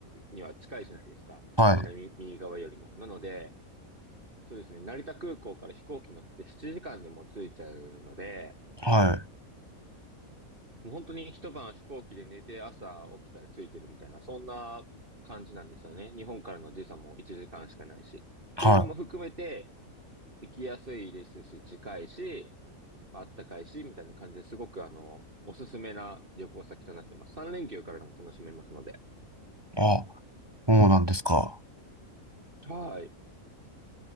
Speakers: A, on the right (about 40°); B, on the right (about 15°).
A: には近いじゃないですか。その南、
B: はい。
A: 右側よりも。なので、そうですね、成田空港から飛行機乗って7時間でもう着いちゃうので、
B: はい。
A: もう本当に一晩飛行機で寝て朝起きたら着いてるみたいな、そんな感じなんですよね。日本からの時差も1時間しかないし。
B: は
A: というのも含めて、行きやすいですし、近いし、まああったかいし、みたいな感じですごくあの、おすすめな旅行先となってます。三連休からでも楽しめますので。
B: い。あ、そうなんですか。
A: はい。